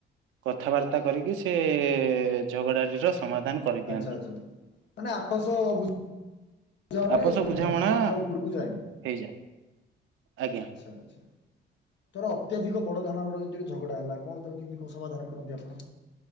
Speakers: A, on the right (about 85°); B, on the left (about 60°).
A: କଥାବାର୍ତ୍ତା କରିକି ସେ ଝଗଡାଟିର ସମାଧାନ କରିଦିଅନ୍ତି।
B: ଆଚ୍ଛା ଆଛା ମାନେ ଆପଣ ବୁ
A: ଆପୋଷ
B: ରେ
A: ବୁଝାମଣା
B: କଥା ଉପରକୁ ଯାଏନି।
A: ହେଇଯାଏ। ଆଜ୍ଞା।
B: ଆଚ୍ଛା ଆଚ୍ଛା। ଧର ଅତ୍ୟଧିକ ବଡ ଧରଣର ଝଗଡା ହେଲା କଣ ତାକୁ କେମିତି କଣ୍ ସମାଧାନ କରନ୍ତି ଆପଣ?